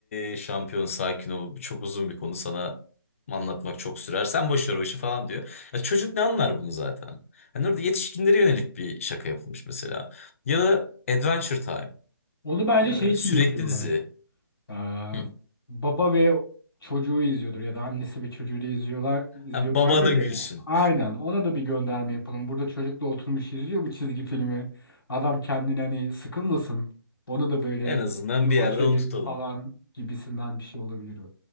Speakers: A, on the left; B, on the left.
A: "Ee, şampiyon sakin ol. Bu çok uzun bir konu sana anlatmak çok sürer. Sen boş ver o işi falan diyor. Ya çocuk ne anlar bunu zaten? Hani orada yetişkinlere yönelik bir şaka yapılmış mesela. Ya da Adventure Time.
B: Onu bence
A: Ee,
B: şey için
A: sürekli
B: yapıyorlar.
A: dizi.
B: Ee,
A: Hı.
B: baba ve çocuğu izliyordur ya da annesi ve çocuğu da izliyorlar izliyorlardır
A: Ha, baba da gülsün.
B: ya. Aynen ona da bir gönderme yapalım. Burada çocukla oturmuş izliyor bu çizgi filmi. Adam kendini hani sıkılmasın. Onu da böyle
A: En azından
B: "Yine
A: bir
B: hoş
A: yerde
B: edelim
A: onu tutalım.
B: falan gibisinden bir şey olabilir. o.